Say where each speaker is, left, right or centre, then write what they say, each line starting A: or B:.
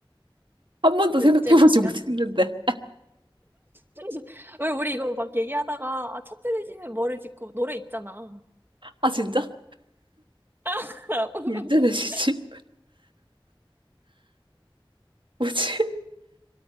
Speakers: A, on the right; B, on the right.
A: 한 번도
B: 둘째
A: 생각해보지
B: 돼지가
A: 못했는데.
B: 지은 집. <laughs> 왜 우리 이거 막 얘기하다가, 아, 첫째 돼지는 뭐를 짓고, 노래 있잖아.
A: 아, 진짜?
B: <laughs>
A: 둘째 돼지 집? 뭐지? <laughs>